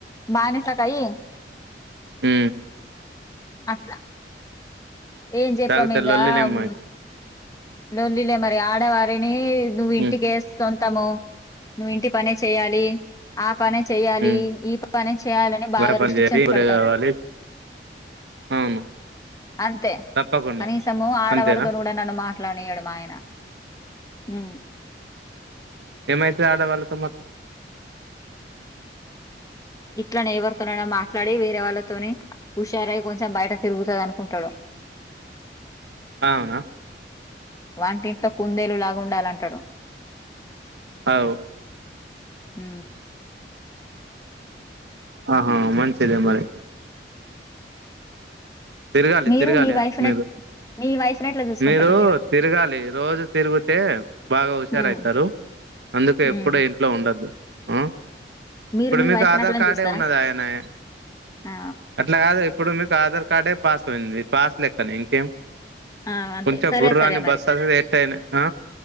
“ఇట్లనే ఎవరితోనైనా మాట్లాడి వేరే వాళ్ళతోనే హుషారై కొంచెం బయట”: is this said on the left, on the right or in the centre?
Left